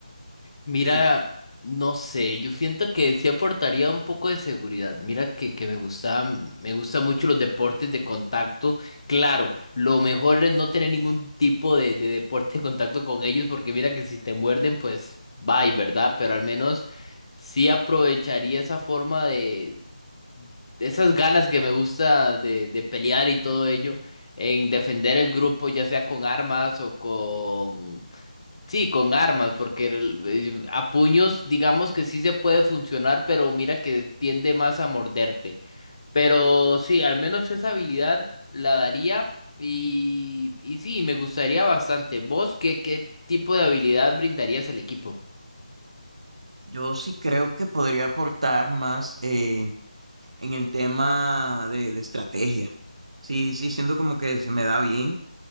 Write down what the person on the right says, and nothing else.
¿Qué dices?
Yo sí creo que podría aportar más eh, en el tema de, de estrategia. Sí, sí, siento como que se me da bien